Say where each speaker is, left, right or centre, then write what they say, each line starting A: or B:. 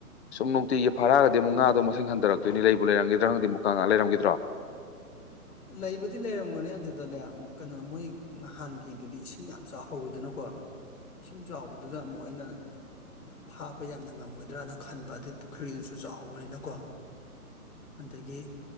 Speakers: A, on the left (about 45°); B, on the left (about 70°).
A: ꯁꯨꯝ ꯅꯨꯡꯇꯤꯒꯤ ꯐꯥꯔꯛꯑꯒꯗꯤ ꯑꯃꯨꯛ ꯉꯥꯗꯣ ꯃꯁꯤꯡ ꯃꯁꯤꯡ ꯍꯟꯊꯔꯛꯇꯣꯏꯅꯤ ꯂꯩꯕꯨ ꯂꯩꯔꯝꯒꯗ꯭ꯔꯥ ꯈꯪꯗꯤ ꯃꯨꯀꯥ ꯉꯥꯛ ꯂꯩꯔꯝꯈꯤꯗ꯭ꯔꯣ
B: ꯂꯩꯕꯗꯤ ꯂꯩꯔꯝꯒꯅꯤ ꯑꯗꯨꯗꯅꯦ ꯀꯩꯅꯣ ꯃꯣꯏ ꯅꯍꯥꯟꯒꯤꯗꯨꯗꯤ ꯏꯁꯤꯡ ꯌꯥꯝ ꯆꯥꯎꯍꯧꯋꯤꯗꯅꯀꯣ ꯏꯁꯤꯡ ꯆꯥꯎꯕꯗꯨꯗ ꯑꯃꯨꯛ ꯑꯩꯅ ꯐꯥꯕ ꯌꯥꯝꯅ ꯉꯝꯃꯣꯏꯗ꯭ꯔꯅ ꯈꯟꯕ ꯑꯗꯩ ꯄꯨꯈ꯭ꯔꯤꯗꯨꯁꯨ ꯆꯥꯎꯕꯅꯤꯅꯀꯣ ꯑꯗꯒꯤ